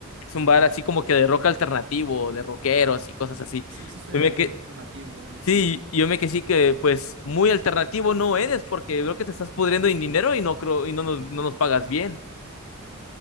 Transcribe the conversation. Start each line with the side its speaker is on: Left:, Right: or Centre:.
Left: Es un bar
Right: Ya.
Left: así como que de rock alternativo, de rockeros y cosas así.
Right: Sí, sí suena
Left: Yo me
Right: medio
Left: que...
Right: alternativo de MT.
Left: Sí, y yo me que sí que pues muy alternativo no eres porque veo que te estás pudriendo en dinero y no creo y no nos, no nos pagas bien.